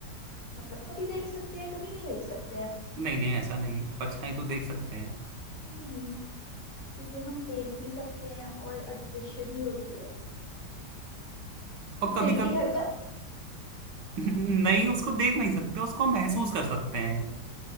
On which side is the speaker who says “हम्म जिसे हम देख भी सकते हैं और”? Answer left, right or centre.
Left